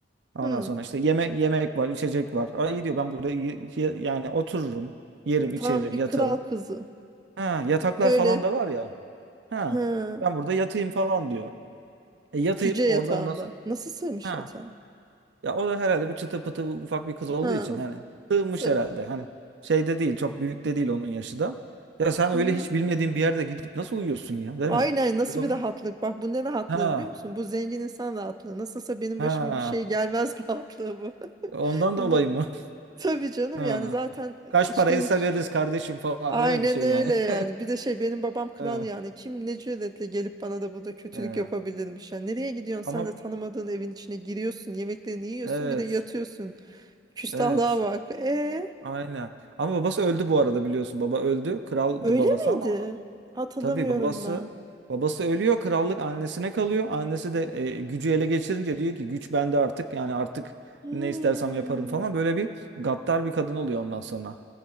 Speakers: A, on the right; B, on the right.
A: Ondan
B: Hı.
A: sonra işte yeme yemek var, içecek var. Ay iyi diyor ben burada y- y- yani otururum, yerim, içerim,
B: Tam bir
A: yatarım.
B: kral kızı.
A: Ha, yataklar
B: Öyle.
A: falan da var ya. Ha,
B: Ha.
A: ben burada yatayım falan diyor. E, yatayıp
B: Cüce yatağında.
A: orada ondan sonra
B: Nasıl sığmış
A: Ha.
B: yatağa?
A: Ya o da herhalde bir çıtı pıtı ufak bir kız olduğu
B: Ha,
A: için
B: of.
A: hani sığmış
B: Sığ.
A: herhalde. Hani şeyde değil, çok büyük de değil onun yaşı da. Ya sen öyle
B: Hı hı.
A: hiç bilmediğin bir yerde gidip nasıl uyuyorsun ya, değil
B: Aynen
A: mi?
B: nasıl
A: Olabilir.
B: bir rahatlık. Bak bu ne rahatlığı
A: Ha.
B: biliyor musun? Bu zengin insan rahatlığı. Nasılsa benim
A: Ha.
B: başıma bir şey gelmez <laughs> rahatlığı bu.
A: Ondan
B: <laughs>
A: dolayı
B: No.
A: mı? <laughs>
B: Tabii canım
A: Ha.
B: yani zaten
A: Kaç
B: içten
A: paraysa
B: iç.
A: veririz kardeşim falan
B: Aynen
A: öyle bir şey
B: öyle
A: yani.
B: yani.
A: <laughs>
B: Bir de şey benim babam kral
A: Ha.
B: yani. Kim ne cüretle gelip bana da burada kötülük
A: Ha.
B: yapabilirmiş. Yani nereye gidiyorsun?
A: Ama
B: Sen de tanımadığın evin içine giriyorsun. Yemeklerini yiyorsun.
A: evet.
B: Bir de yatıyorsun. Küstahlığa
A: Evet.
B: bak. E
A: Aynen. Ama babası öldü bu arada biliyorsun. Baba öldü. Kraldı
B: öyle
A: babası
B: miydi?
A: ama
B: Hatırlamıyorum
A: Tabii babası
B: ben.
A: babası ölüyor, krallık annesine kalıyor. Annesi de e, gücü ele geçirince diyor ki güç bende artık. Yani artık
B: Hmm,
A: ne istersem yaparım falan. Böyle bir gaddar bir kadın oluyor ondan sonra.